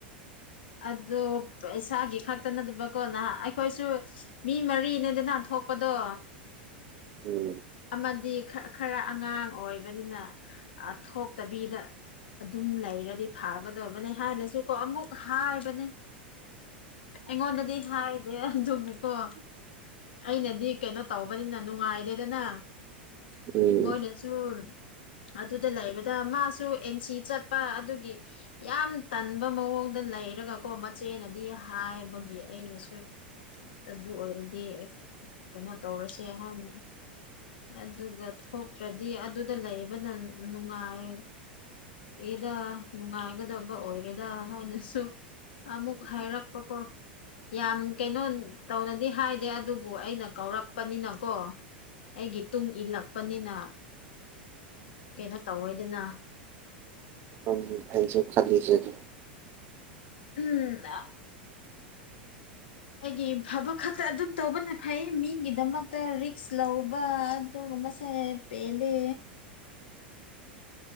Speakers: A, on the left; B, on the right.
A: ꯑꯗꯨ ꯄꯩꯁꯥꯒꯤ ꯈꯛꯇ ꯅꯠꯇꯕꯀꯣ ꯅꯍꯥꯟ ꯑꯩꯈꯣꯏꯁꯨ ꯃꯤ ꯃꯔꯤꯅꯦꯗꯅ ꯊꯣꯛꯄꯗꯣ
B: ꯎꯝ
A: ꯑꯃꯗꯤ ꯈꯔ ꯈꯔ ꯑꯉꯥꯡ ꯑꯣꯏꯕꯅꯤꯅ ꯑ ꯊꯣꯛꯇꯕꯤꯗ ꯑꯗꯨꯝ ꯂꯩꯔꯗꯤ ꯐꯥꯒꯗꯕꯧꯅꯦ ꯍꯥꯟꯅꯁꯨ ꯀꯣ ꯑꯃꯨꯛ ꯍꯥꯏꯕꯅꯤ ꯑꯩꯉꯣꯟꯗꯗꯤ ꯍꯥꯏ ꯗꯦ ꯑꯗꯨꯕꯨꯀꯣ ꯑꯩꯅꯗꯤ ꯀꯩꯅꯣ ꯇꯧꯕꯅꯤꯅ ꯅꯨꯡꯉꯥꯏꯗꯦꯗꯅ
B: ꯎꯝ
A: ꯃꯣꯏꯅꯁꯨꯨ ꯑꯗꯨꯗ ꯂꯩꯕꯗ ꯃꯥꯁꯨ ꯑꯦꯟꯁꯤ ꯆꯠꯄ ꯑꯗꯨꯒꯤ ꯌꯥꯝ ꯇꯟꯕ ꯃꯑꯣꯡ ꯗ ꯂꯩꯔꯒ ꯀꯣ ꯃꯆꯦꯅꯗꯤ ꯍꯥꯏꯕꯒꯤ ꯑꯩꯅꯁꯨ ꯑꯗꯨ ꯑꯣꯏꯔꯗꯤ ꯀꯩꯅꯣ ꯇꯧꯔꯁꯦ ꯍꯥꯏꯅ ꯑꯗꯨꯒ ꯊꯣꯛꯇ꯭ꯔꯗꯤ ꯑꯗꯨꯗ ꯂꯩꯕꯅ ꯅꯨꯡꯉꯥꯏ ꯑꯦꯗꯥ ꯅꯨꯡꯉꯥꯏꯒꯗꯕ ꯑꯣꯏꯔꯦꯗ ꯁꯨꯛ ꯑꯃꯨꯛ ꯍꯥꯏꯔꯛꯄꯀꯣ ꯌꯥꯝ ꯀꯩꯅꯣ ꯇꯧꯅꯗꯤ ꯍꯥꯏꯗꯦ ꯑꯗꯨꯕꯨ ꯑꯩꯅ ꯀꯧꯔꯛꯄꯅꯤꯅꯀꯣ ꯑꯩꯒꯤ ꯇꯨꯡ ꯏꯜꯂꯛꯄꯅꯤꯅ ꯀꯩꯅꯣ ꯇꯧꯋꯦꯗꯅ
B: ꯄꯝꯗꯤ ꯑꯩꯖꯨ ꯈꯜꯂꯤꯖꯦ ꯑꯗꯨ
A: ꯎꯝ ꯑꯥ
B: <inaudible>
A: ꯑꯩꯒꯤ ꯐꯕ ꯈꯛꯇ ꯑꯗꯨꯝ ꯇꯧꯕꯅ ꯐꯩ ꯃꯤꯒꯤꯗꯃꯛꯇ ꯔꯤꯛꯁ ꯂꯧꯕ ꯑꯗꯨꯒꯨ ꯃꯁꯦ ꯄꯦꯜꯂꯦ